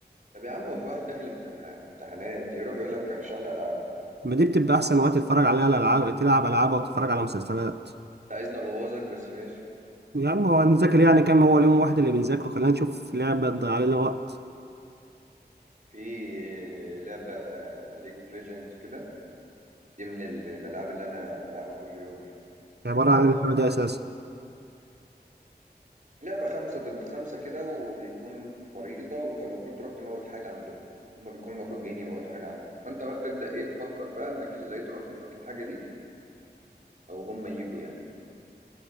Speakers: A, on the right; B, on the right.
A: طب يا عم هو في واحد داخل امتنح- امتحانات يروح يقول لك ارشح لي العاب
B: ما دي بتبقى احسن وقت تتفرج عليها الالعاب تلعب العاب او تتفرج على مسلسلات
A: انت عايزني ابوظك بس ماشي
B: يا عم هو هنذاكر يعني كام هو اليوم واحد اللي بنذاكره خلينا نشوف لعبه تضيع لنا وقت
A: في لعبه ليج اوف ليجندز كده دي من ال- الالعاب اللي انا بلعبها كل يوم يعني
B: عباره
A: والله
B: عن اللعبه دي اساسا
A: لعبه خمسة ضد خمسة كده وبيكون في خريطه وانت المفروض تروح تموت حاجه عندهم هما بيكونوا المفروض جايين يموتوا حاجه عندك فانت بقى بتبدا ايه تفكر بقى انك ازاي تروح تموت الحاجه دي او هما يجوا يعني